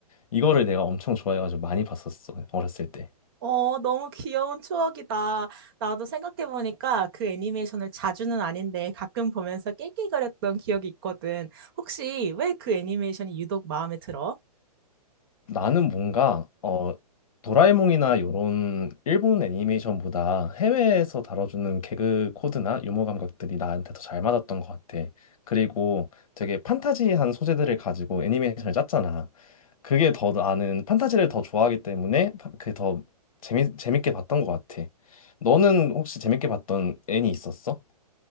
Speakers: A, on the left; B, on the right.
A: 이거를 내가 엄청 좋아해가지고 많이 봤었어 어렸을 때.
B: 어, 너무 귀여운 추억이다. 나도 생각해보니까 그 애니메이션을 자주는 아닌데 가끔 보면서 낄낄거렸던 기억이 있거든. 혹시 왜 그 애니메이션이 유독 마음에 들어?
A: 나는 뭔가 어 도라에몽이나 요런 일본 애니메이션보다 해외에서 다뤄주는 개그 코드나 유머 감각들이 나한테 더 잘 맞았던 것 같아. 그리고 되게 판타지한 소재들을 가지고 애니메이션을 짰잖아. 그게 더 나는 판타지를 더 좋아하기 때문에 파- 그게 더 재미 재밌게 봤던 것 같아. 너는 혹시 재밌게 봤던 애니 있었어?